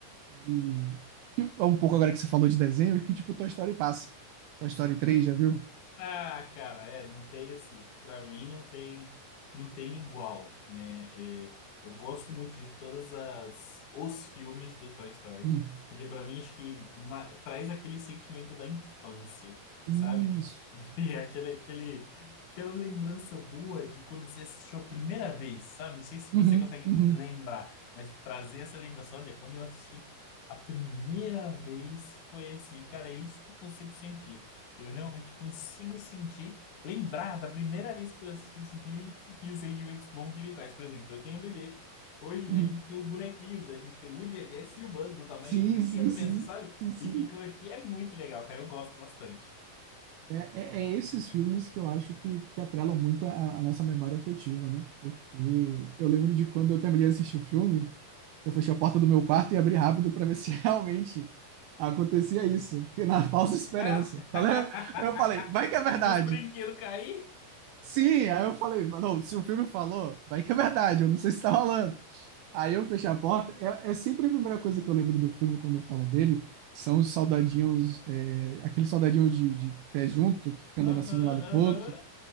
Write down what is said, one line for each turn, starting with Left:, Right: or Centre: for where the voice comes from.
Right: De... Que é um pouco agora que você falou de desenho, que tipo Toy Story passa. Toy Story três já viu?
Left: Ah, cara, é, não tem assim, pra mim não tem, não tem igual, né? É, eu gosto muito de todas as os filmes do Toy Story,
Right: Hum.
Left: porque pra mim acho que ma- traz aquele sentimento da infância, sabe?
Right: Isso.
Left: E <laughs> aquele, aquele, aquela lembrança boa de quando você assistiu a primeira vez, sabe? Não sei se
Right: Uhum,
Left: você consegue
Right: uhum.
Left: lembrar, mas trazer essa lembrança, olha, quando eu assisti a primeira vez foi assim, cara, é isso que eu consigo sentir. Eu realmente consigo sentir, lembrar da primeira vez que eu assisti esse filme e os sentimentos bons que ele traz. Por exemplo, eu tenho um bebê. Hoje
Right: Uhum.
Left: e a gente tem os bonequinhos, a gente tem o Woody, a Jessie e o Buzz do tamanho
Right: Sim,
Left: de brinquedo
Right: sim, sim,
Left: mesmo, sabe?
Right: sim, sim.
Left: E ficam aqui, é muito legal, cara. Eu gosto bastante.
Right: É, é, é esses filmes que eu acho que, que atrelam muito a, a nossa memória afetiva, né? Porque eu lembro de quando eu terminei de assistir o filme, eu fechei a porta do meu quarto e abri rápido para ver se <laughs> realmente acontecia isso. Fiquei na falsa esperança.
Left: <laughs>
Right: Falei, eu falei, vai que é verdade.
Left: Dos brinquedos cair?
Right: Sim, aí eu falei, não, se o filme falou, vai que é verdade, eu não sei se tá rolando. Aí eu fechei a porta. É, é sempre a primeira coisa que eu lembro do filme quando eu falo dele. São os soldadinhos, é, aqueles soldadinhos de, de pé junto, que fica
Left: Aham,
Right: andando assim de um lado pro
Left: aham.
Right: outro.